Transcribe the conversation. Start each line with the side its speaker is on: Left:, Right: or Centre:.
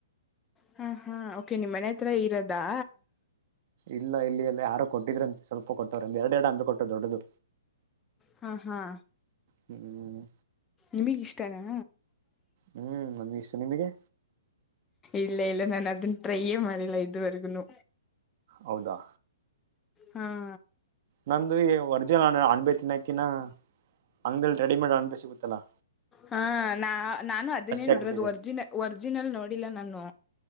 Left: ಹಾ ಹಾ ಓಕೆ ನಿಮ್ಮ್ ಮನೆ ಹತ್ರ ಇರದಾ.
Right: ಇಲ್ಲ ಇಲ್ಲಿ ಎಲ್ಲ ಯಾರೋ ಕೊಟ್ಟಿದ್ರಂತ್ ಸ್ವಲ್ಪ ಕೊಟ್ಟವ್ರೆ ಎರಡ್ ಎರಡು ಅಂದು ಕೊಟ್ಟ ದೊಡ್ಡದು.
Left: ಹಾಂ ಹಾಂ
Right: ಹ್ಮ್
Left: ನಿಮಗಿಷ್ಟಾನಾ.
Right: ಹ್ಮ್ ನಮ್ಗೆ ಇಷ್ಟ ನಿಮಗೆ
Left: ಇಲ್ಲ ಇಲ್ಲ ನಾನ್ ಅದನ್ನ ಟ್ರೈಯೆ ಮಾಡಿಲ್ಲ ಇದುವರ್ಗುನು.
Right: ಹೌದಾ
Left: ಹಾಂ
Right: ನಮ್ದು ಈ ಒರ್ಜಿನಲ್ ಅಣಬೆ ತಿನ್ನಕ್ಕಿನ ಅಂಗಡಿಲ್ ರೆಡಿಮೇಡ್ ಅಣಬೆ ಸಿಗುತ್ತಲ್ಲಾ.
Left: ಹಾ ನಾ ನಾನು ಅದನ್ನೇ ನೋಡಿರದು
Right: ಆಗ್ಬಿಟ್ಟಿದೆ
Left: ಒರ್ಜಿನ ಒರ್ಜಿನಲ್ ನೋಡಿಲ್ಲ ನಾನು.